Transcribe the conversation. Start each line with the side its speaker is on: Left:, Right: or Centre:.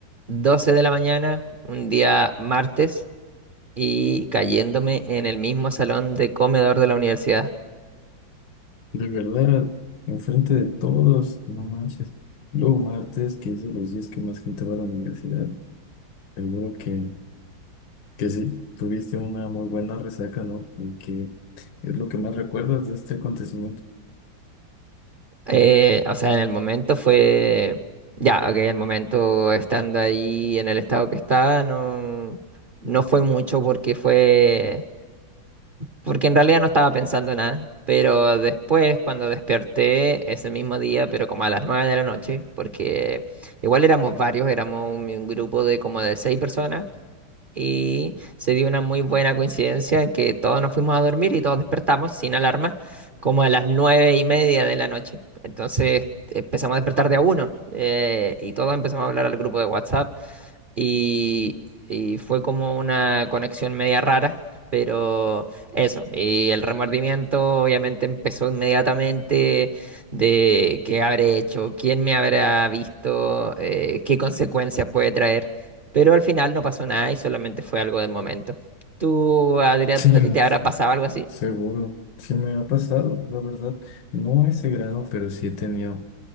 Right: 12 de la mañana, un día martes, y cayéndome en el mismo salón de comedor de la universidad.
Left: de verdad, enfrente de todos, no manches. Luego martes, que es de los días que más gente va a la universidad, seguro que, que sí, tuviste una muy buena resaca, ¿no? Porque es lo que más recuerdas de este acontecimiento.
Right: Eh, o sea, en el momento fue... Ya, ok, el momento estando ahí en el estado que estaba, no, no fue mucho porque fue... porque en realidad no estaba pensando en nada. Pero después, cuando desperté ese mismo día, pero como a las 9 de la noche, porque igual éramos varios, éramos un, un grupo de como de seis personas, y se dio una muy buena coincidencia en que todos nos fuimos a dormir y todos despertamos sin alarma, como a las nueve y media de la noche. Entonces empezamos a despertar de a uno, eh, y todos empezamos a hablar al grupo de WhatsApp y, y fue como una conexión media rara, pero eso, y el remordimiento obviamente empezó inmediatamente de qué habré hecho, quién me habrá visto, eh, qué consecuencias puede traer, pero al final no pasó nada y solamente fue algo del momento. ¿Tú, Adrián,
Left: Sí, no,
Right: a ti te habrá pasado algo así?
Left: seguro, sí me ha pasado, la verdad. No a ese grado, pero sí he tenido.